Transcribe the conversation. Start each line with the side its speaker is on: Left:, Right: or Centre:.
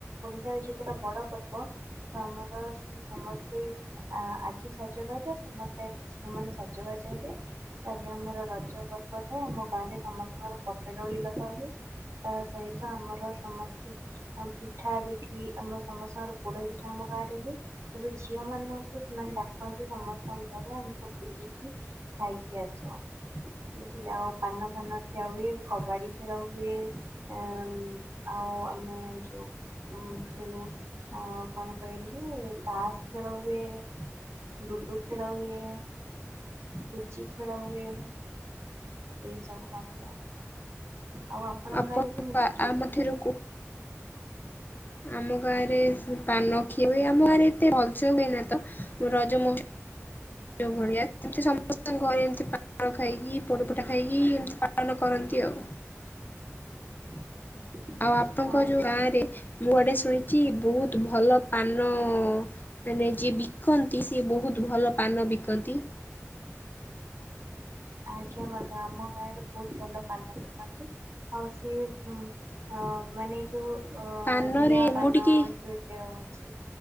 Right: ଓଡ଼ିଶାର ଯେତେଟା ବଡ଼ ପର୍ବ। ତ ଆମର ସମସ୍ତେ ଆ ଆଜି ସଜବାଜା ସମସ୍ତେ ଆଜି ଝିଅ ମାନେ ସଜ ସଜ ବାଜ ହେବେ। ଆଜ୍ଞା ଆମର ରଜ ପର୍ବ ଟା, ଆମ ଗାଁ ରେ ସମସ୍ତଙ୍କର ପଟା ଦୋଳି ଲଗା ହୁଏ। ତା ସହିତ ଆମର ସମସ୍ତେ ଆମ୍ ପିଠା, ପିଠି ଆମ ସମସ୍ତଙ୍କର ପୋଡ ପିଠା ଆମ ଗାଁ ରେ ହୁଏ। ସବୁ ଝିଅ ମାନଙ୍କୁ ସେମାନେ ଡାକନ୍ତି, ସମସ୍ତଙ୍କ ଘରେ ଆମେ ସବୁ ବୁଲି କି ଖାଇକି ଆସୁ ଆ। ବୁଝିଲ ଆଉ ପାନ, ଫାନ ଖିଆ ହୁଏ, କବାଡି ଖେଳ ହୁଏ। ୟା-ମ୍-ଆଉ ଆମେ ଯୋଉ ଉଁ- ଖେଳୁ ଅଁ-କଣ କହିଲୁ ତାସ୍ ଖେଳ ହୁଏ। ଲୁଡୁ ଖେଳ ହୁଏ। ପୁଚି ଖେଳ ହୁଏ। ଏଇ ସବୁ କଟ୍ରା, ଆଉ ଆପଣଙ୍କ
Left: ଆପଣ
Right: ଗାଁରେ କେମିତି ସେଲିବ୍ରେସନ୍
Left: ଆ ମଧ୍ୟରୁ
Right: ହୁଏ?
Left: କୁ ଆମ ଗାଁ ରେ ସେ ପାନ ଖୀଏ ହୁଏ ଆମ ଗାଁ ରେ ଏତେ ରଜ ହୁଏନା ତ ରଜ ମୋଉ ଯୋଉ ଭଳିଆ ଏଠି ସମସ୍ତଙ୍କ ଘରେ ଏମତି ପାନ ଖାଇକି ପୋଡପିଠା ଖାଇକି ଏମତି ପାଳନ କରନ୍ତି ଆଉ।
Right: <inaudible>
Left: ଆଉ ଆପଣଙ୍କ
Right: ଆଜ୍ଞା।
Left: ଯୋଉ ଗାଁ ରେ ମୁଁ ଆଡ଼େ ଶୁଣିଛି ବହୁତ ଭଲ ପାନ ନ ମାନେ ଯିଏ ବିକନ୍ତି ସେ ଇଏ ବୋହୁତ୍ ଭଲ ପାନ ବିକନ୍ତି।
Right: ଆଜ୍ଞା ବନ୍ଧୁ ଆମ ଗାଁରେ ବହୁତ୍ ଭଲ ପାନ ବିକନ୍ତି। ହଁ ସିଏ ଉଁ ଉଁ ହଁ ମାନେ ଏ ଯୋଉ ଅ ଅ
Left: ପାନରେ
Right: ନିଆଁ ପାନ
Left: ମୁଁ ଟିକେ
Right: ଯୋଉ ଏ ଇଏ ହଉଛି